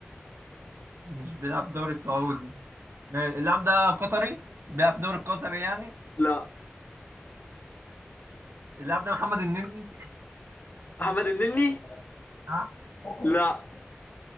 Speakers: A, on the right (about 70°); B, on the left (about 45°).
A: مش بيلعب في الدوري السعودي ماشي اللاعب ده قطري بيلعب في الدوري القطري يعني
B: لا
A: اللاعب ده محمد النني
B: محمد النني
A: ها
B: لا